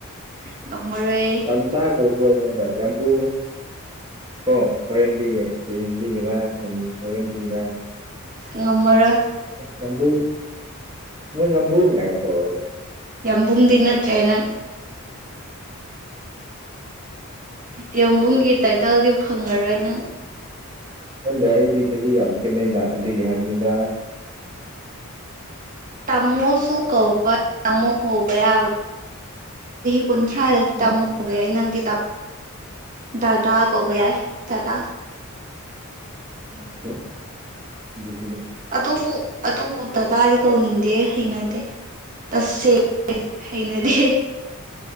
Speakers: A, on the right; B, on the right.
A: ꯉꯝꯃꯔꯣꯏ
B: ꯎ ꯇꯆꯥ ꯑꯣ ꯍꯣꯏ ꯑꯩꯉꯣꯟꯗ ꯌꯥꯝꯕꯨ ꯑꯣ ꯍꯣꯔꯦꯟꯗꯤꯒ ꯍꯌꯦꯡ ꯂꯤꯒꯔꯥ ꯍꯌꯦꯡ ꯍꯔꯗꯤꯒꯔ
A: ꯉꯝꯃꯥꯔ
B: ꯌꯥꯝꯕꯣ ꯃꯣꯏ ꯌꯥꯝꯕꯣ ꯀꯥꯏꯅ ꯇꯧꯔꯛꯕ
A: ꯌꯥꯝꯕꯨꯡ ꯇꯟꯅ ꯇ꯭ꯔꯦꯅ ꯌꯕꯨꯝꯒꯤ ꯇꯥꯏꯇꯜꯗꯤ ꯐꯪꯉꯔꯣꯏ ꯅꯪ
B: ꯅꯪꯗ ꯑꯩꯗꯤ ꯆꯍꯤ ꯌꯥꯝ ꯈꯦꯠꯅꯩꯅ ꯑꯗꯨꯒꯤ ꯍꯥꯏꯕꯅꯤꯗ
A: ꯇꯃꯣ ꯁꯨ ꯀꯧꯕ ꯇꯃꯣ ꯀꯕꯔ ꯀꯨꯟꯊ꯭ꯔꯥꯗꯗꯤ
B: ꯎꯝ
A: ꯇꯥꯃꯨꯕ ꯌꯥꯏ ꯅꯪꯗꯤ ꯗꯗꯥ ꯀꯧꯕꯣꯕ ꯌꯥꯔ ꯗꯗꯥ
B: ꯑꯦ
A: ꯑꯗꯨꯕꯨ ꯑꯗꯨꯕꯨ ꯇꯗꯥꯗꯤ ꯀꯧꯅꯤꯡꯗꯦ ꯍꯩꯅꯗꯦ ꯇꯁꯁꯦ ꯍꯩꯅꯗꯦ